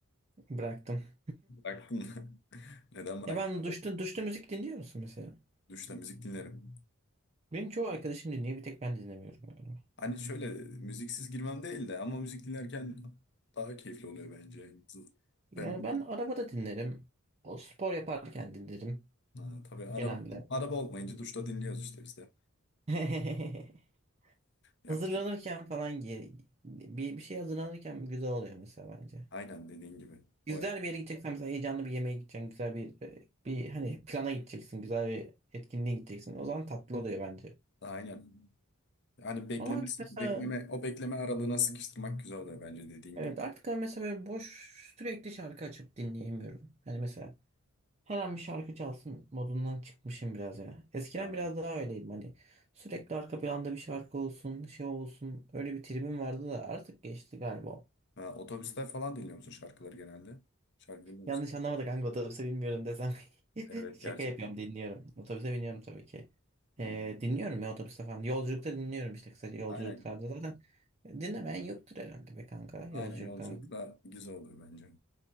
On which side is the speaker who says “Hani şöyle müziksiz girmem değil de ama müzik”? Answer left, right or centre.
Left